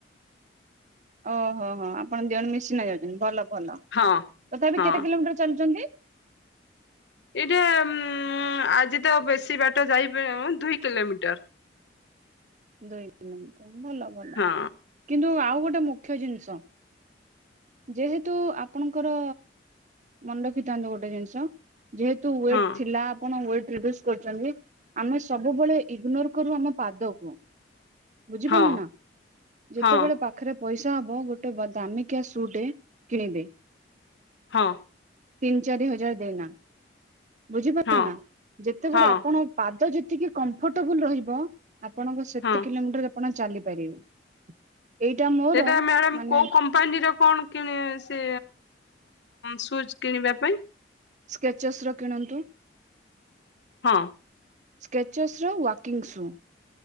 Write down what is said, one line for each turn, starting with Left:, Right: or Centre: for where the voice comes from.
Right: ଓହୋ ହୋ ହୋ ଆପଣ ଦି ଜଣ ମିଶିନା ଯାଉଛନ୍ତି ଭଲ ଭଲ
Left: ହଁ
Right: ତଥାପି
Left: ହଁ
Right: କେତେ କିଲୋମିଟର ଚାଲୁଛନ୍ତି?
Left: ଏଇଟା ଉଁ ଆଜି ତ ବେଶୀ ବାଟ ଯାଇପାଇଁ ଦୁଇ କିଲୋମିଟର।
Right: ଦୁଇ ମିନଟ ଭଲ ଭଲ।
Left: ହଁ
Right: କିନ୍ତୁ ଆଉ ଗୋଟେ ମୁଖ୍ୟ ଜିନିଷ। ଯେହେତୁ ଆପଣଙ୍କର ମନେ ରଖିଥାନ୍ତୁ ଗୋଟେ ଜିନିଷ ଯେହେତୁ ୱେଟ
Left: ହଁ
Right: ଥିଲା ଆପଣ ୱେଟ ପ୍ରିଭିଅସ କରୁଛନ୍ତି। ଆମେ ସବୁବେଳେ ଇଗ୍ନୋର କରୁ ଆମ ପାଦକୁ। ବୁଝିପାରିଲେ
Left: ହଁ
Right: ନା ଯେତେବେଳେ
Left: ହଁ
Right: ପା ପାଖରେ ପଇସା ହବ ଗୋଟେ ଦାମିକିଆ ସୁ ଟେ କିଣିବେ?
Left: ହଁ।
Right: ତିନି ଚାରି ହଜାର ଦେଇନା। ବୁଝିପାରିଲେ
Left: ହଁ
Right: ନା ଯେତେବେଳେ
Left: ହଁ
Right: ଆପଣ ପାଦ ଯେତିକି କମ୍ଫର୍ଟେବୁଲ ରହିବ ଆପଣ
Left: ହଁ
Right: କେତେ କିଲୋମିଟର ଆପଣ ଚାଲିପାରିବେ ଏଇଟା ମୋର
Left: ସେଇଟା ମ୍ୟାଡାମ
Right: ମାନେ
Left: କୋଉ କମ୍ପାନୀର କଣ କିଣ ସେ ସୁଜ୍ କିଣିବା ପାଇଁ।
Right: ସ୍କେଚେସ ର କିଣନ୍ତୁ।
Left: ହଁ।
Right: ସ୍କେଚେସ ର ୱାକିଂ ସୁ।